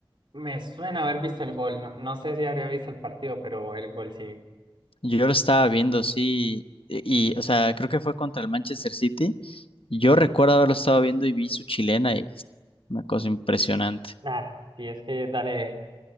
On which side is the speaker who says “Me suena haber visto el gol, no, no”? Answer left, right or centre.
Right